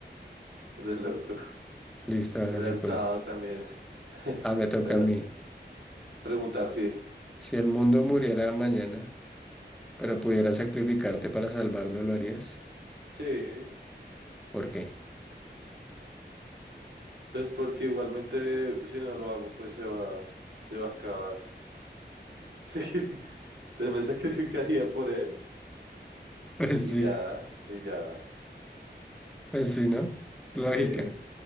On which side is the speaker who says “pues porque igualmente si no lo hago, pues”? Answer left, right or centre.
Right